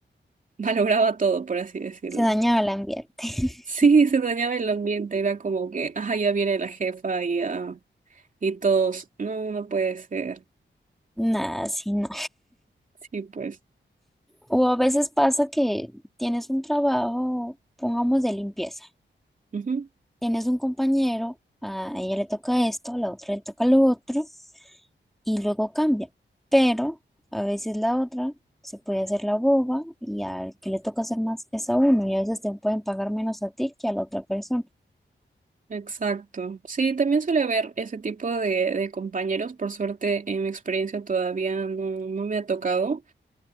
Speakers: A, on the right (about 45°); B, in the centre.
A: <laughs> malograba todo, por así decirlo.
B: se dañaba el ambiente. <laughs>
A: Sí, se dañaba el ambiente, era como que, ah, ya viene la jefa y, ah, y todos, no, no puede ser.
B: Nada, sí, no.
A: Sí, pues.
B: O a veces pasa que tienes un trabajo, pongamos de limpieza.
A: Ujú.
B: tienes un compañero, a ella le toca esto, a la otra le toca lo otro, y luego cambia. Pero a veces la otra se puede hacer la boba y al que le toca hacer más es a uno, y a veces te pueden pagar menos a ti que a la otra persona.
A: Exacto. Sí, también suele haber ese tipo de, de compañeros. Por suerte, en mi experiencia todavía no, no me ha tocado,